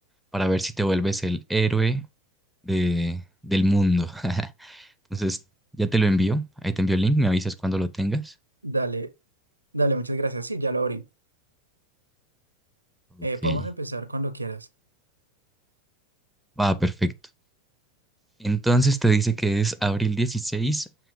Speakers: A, in the centre; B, on the right (about 85°).
A: Para ver si te vuelves el héroe de, del mundo. <laughs> Entonces, ya te lo envío. Ahí te envío el link, me avisas cuando lo tengas.
B: dale, dale, muchas gracias. Sí, ya lo abrí. Eh,
A: Ok.
B: podemos empezar cuando quieras.
A: Va, perfecto. Entonces te dice que es abril 16,